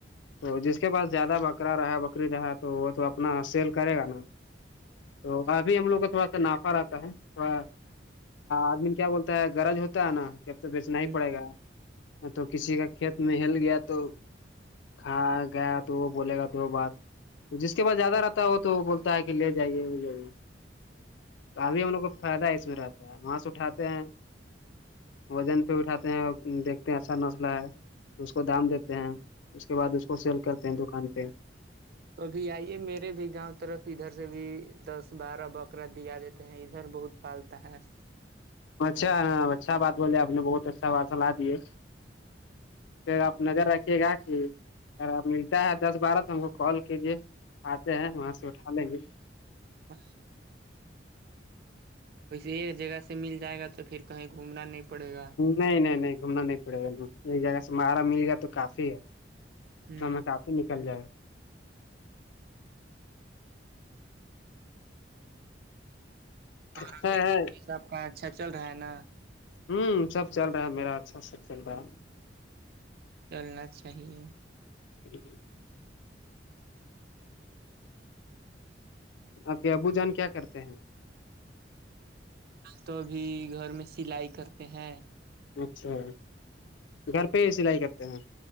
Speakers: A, on the left; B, on the right.
A: تو جس کے پاس زیادہ بکرا رہا بکری رہا تو وہ تو اپنا سیل کرے گا نا تو ابھی ہم لوگ کا تھوڑا سا نافا رہتا ہے تھوڑا آدمی کیا بولتا ہے گرج ہوتا ہے نا جب تو بیچنا
B: ہ
A: ہی پڑے گا تو کسی کا کھیت میں ہل گیا تو کھ گیا تو وہ بولے گا تو بات اس کے پاس زیادہ رہتا ہے وہ تو بولتا ہے کہ لے جائیے وہ جائیے تو ابھی ہم لوگ کو فائدہ اس میں رہتا ہے وہاں سے اٹھاتے ہیں وزن پہ اٹھاتے ہیں اور دیکھتے ہیں اچھا نسلہ ہے تو اس کو دام دیتے ہیں اس کے بعد اس کو سیل کرتے ہیں دکان پہ
B: ابھی آئیے میرے بھی گاؤں طرف ادھر سے بھی دس بارہ وقت اا دیا دیتے ہیں ادھر بہت پالتا ہے
A: اچھا ہاں اچھا بات بولیے آپ نے بہت اچھا بات صلاح دی ہے پ آپ نظر رکھیے گا کہ اگر آپ ملتا ہے دس بارہ تو ہم کو کال کیجیے آتے ہیں وہاں سے اٹھا لیں گے
B: ا ویسے ایک جگہ سے مل جائے گا تو پھر کہیں گھومنا نہیں پڑے گا
A: نہیں نہیں نہیں گھومنا نہیں پڑے گا نا ایک جگہ سے مارا مل گیا تو کافی ہے اسفی
B: ہ
A: سے نکل جائے گا
B: اور
A: گا
B: ابھی
A: ہے
B: بجلی سب کا اچھا چل رہا ہے نا
A: ہوں سب چل رہا ہے میرا اچھا سب چل رہا ہے
B: چلنا چاہیے
A: جی آپ کے ابو جان کیا کرتے ہیں
B: توب گھر میں سلائی کرتے ہیں
A: اچھا گھر پہ ہی سلائی کرتے ہیں